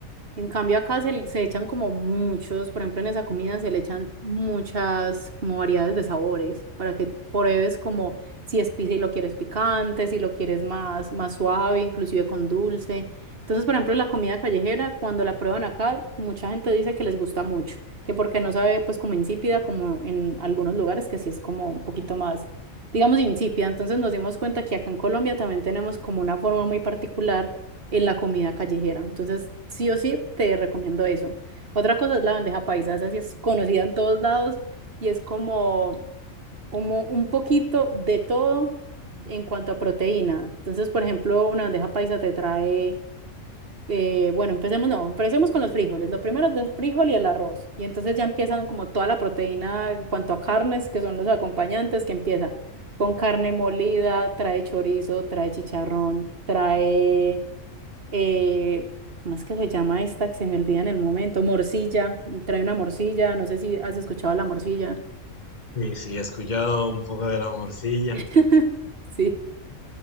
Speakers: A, on the right (about 45°); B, on the left (about 35°).
A: En cambio acá se, se echan como muchos, por ejemplo en esa comida se le echan muchas como variedades de sabores para que pruebes como si es pizza y lo quieres picante, si lo quieres más, más suave, inclusive con dulce. Entonces, por ejemplo, la comida callejera, cuando la prueban acá, mucha gente dice que les gusta mucho, que porque no sabe pues como insípida, como en algunos lugares que sí es como un poquito más, digamos, insípida. Entonces nos dimos cuenta que acá en Colombia también tenemos como una forma muy particular en la comida callejera. Entonces, sí o sí, te recomiendo eso. Otra cosa es la bandeja paisa, esa sí es conocida en todos lados y es como, como un poquito de todo en cuanto a proteína. Entonces, por ejemplo, una bandeja paisa te trae, eh, bueno, empecemos, no, empecemos con los frijoles. Lo primero es el frijol y el arroz. Y entonces ya empiezan como toda la proteína en cuanto a carnes, que son los acompañantes, que empieza con carne molida, trae chorizo, trae chicharrón, trae eh, ¿cómo es que se llama esta que se me olvida en el momento? Morcilla, trae una morcilla, no sé si has escuchado la morcilla.
B: Sí, sí, he escuchado un poco de la morcilla,
A: <laughs> Sí,